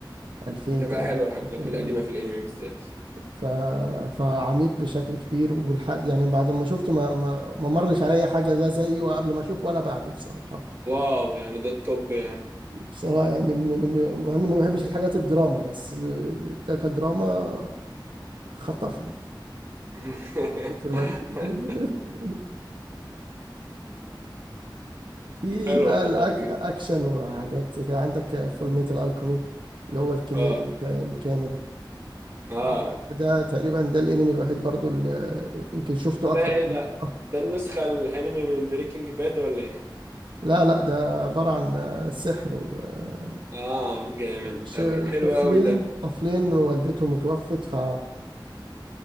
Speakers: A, on the right; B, on the right.
A: 2000
B: تبقى
A: تقريبا
B: حلوة الحاجات القديمة في الانمي بالذات
A: ف... فعميق بشكل كبير والحد يعني بعد ما شفته ما ما ما مرش عليا حاجه لا زيه وقبل ما اشوفه ولا بعده بصراحه
B: واو يعني ده التوب يعني
A: بصراحه يعني من من انا ما بحبش الحاجات الدراما بس ده كدراما خطفني
B: <laughs>
A: <laughs> مثل ما بي... <laughs> في
B: حلو
A: بقى
B: خطافي
A: الاكشن وحاجات زي كده عندك فول ميتال الكومي اللي هو الكيمياء
B: اه
A: الك- الكامل
B: اه
A: ده, ده تقريبا ده الانمي الوحيد برضو اللي يمكن شفته
B: ده
A: اكتر
B: ايه ده
A: من مرة.
B: ده النسخة الانمي من بريكنج باد ولا ايه
A: لا لا ده عبارة عن آه، سحر و آه،
B: اه جامد
A: ش-
B: قوي حلو
A: طفلين
B: قوي ده
A: طفلين والدته متوفت ف